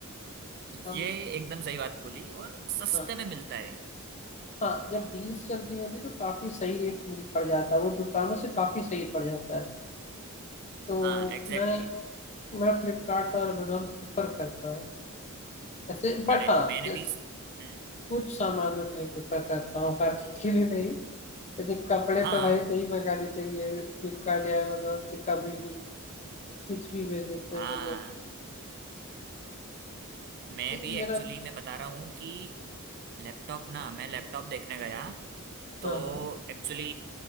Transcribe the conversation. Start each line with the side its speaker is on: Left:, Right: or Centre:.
Left: हम
Right: ये एकदम सही बात बोली और सस्ते
Left: हाँ
Right: में मिलता है
Left: हाँ, जब डील्स चलती होती तो काफी सही रेट मिल पड़ जाता है वो दुकानों से काफी सही पड़ जाता है तो
Right: हाँ एग्जैक्टली
Left: मैं मैं फ्लिपकार्ट और Amazon प्रेफर करता हूँ ऐसे बट
Right: अरे
Left: हाँ
Right: मैंने
Left: जैसे
Right: भी हम्म,
Left: कुछ सामानों के लिए प्रेफर करता हूँ हर चीज के लिए नहीं जैसे कपड़े
Right: हाँ
Left: तो भाई नहीं मंगाने चाहिए फ्लिपकार्ट या अमेजोन से कभी भी कुछ भी भेज देते
Right: हाँ
Left: हैं वो लोग
Right: मैं
Left: नहीं
Right: भी
Left: मेरा
Right: एक्चुअली मैं बता रहा हूँ कि लैपटॉप ना मैं लैपटॉप देखने गया तो
Left: हाँ हाँ
Right: एक्चुअली